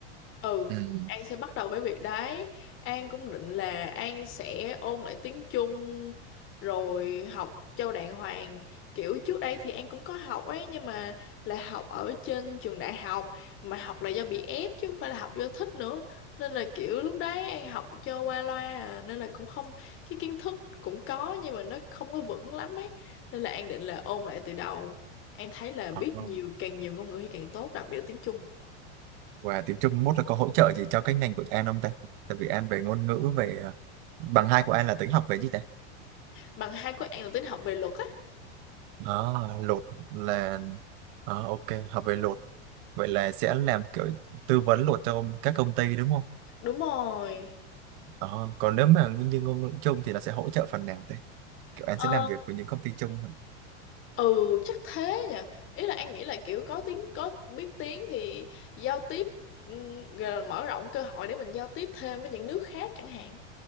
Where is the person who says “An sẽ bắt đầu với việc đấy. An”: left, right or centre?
Left